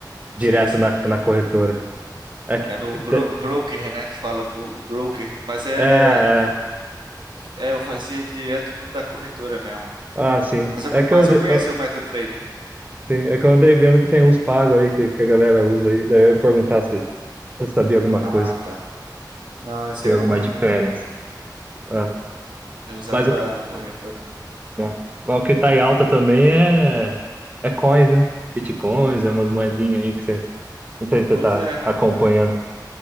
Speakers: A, on the right; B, on the right.
A: direto
B: Sei, sei.
A: na, na corretora. É que,
B: É no
A: é, que-
B: bro- broker, né, que fala bro- o broker, mas é
A: é,
B: eu, fa- é, eu fazia direto no da corretora mesmo.
A: Ah, sim.
B: Mas eu,
A: É que
B: mas
A: eu, ande-
B: eu conheço
A: eu-
B: o MetaTrader.
A: sim, é que eu andei vendo que tem uns pagos aí que, que a galera usa aí. Daí eu ia perguntar se você sabia alguma
B: Ah,
A: coisa,
B: tá. Não, esse
A: tinha
B: aí eu
A: alguma
B: não manjo
A: diferença.
B: muito, muito não.
A: Ah,
B: Eu usava
A: mas,
B: o da
A: o que,
B: corretora mesmo.
A: ah, mas o que tá em alta também é, é coins, né? Bitcoins, é umas moedinhas aí que você. Não sei se você
B: Pois
A: tá
B: é,
A: acompanhando.